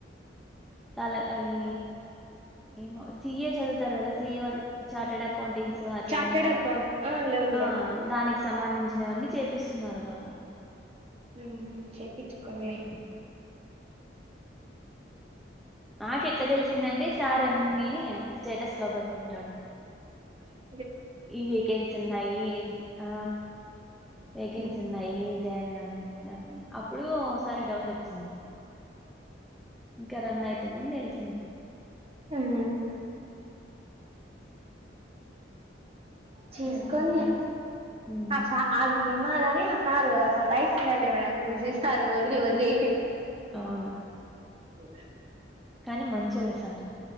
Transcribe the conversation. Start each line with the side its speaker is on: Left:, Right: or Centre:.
Centre: తల అది ఏమో సీఏ చదువుతారు కదా సీఏ వాళ్ళు చార్టెడ్ అకౌంటింగ్స్ అట్లావన్నీ
Right: చార్టెడ్ అకౌంట్ ఆ లోన్లే
Centre: ఆ దానికి సంబంధించినవన్నీ చేపిస్తున్నారు వాళ్ళ
Right: ఉం చెప్పిచీ కొన్నలే
Centre: ఉమ్. నాక ఎట్లా తెలిసిందంటే సార్ అన్ని స్టేటస్ లో పేడుతుంటాడు
Right: స
Centre: ఈ వేకెన్స్ ఉన్నాయి ఆ వేకెన్సీ
Right: ఉమ్
Centre: ఉన్నాయి జాయిన్ కండి ఇట్లా అన్నీ అప్పుడు ఓసారి డౌట్ వచ్చింది ఇంకా రన్ అయితుందని తెలిసింది
Right: ఉం చీజకలే
Centre: ఇంకేం కుల్లాయి ఉమ్
Right: అ <unintelligible> నాగానీ సార్ అస తా సయల <unintelligible> మేడ తుసి సార్ వధరి వదరి
Centre: అవునా
Right: స
Centre: కానీ మంచోడు సార్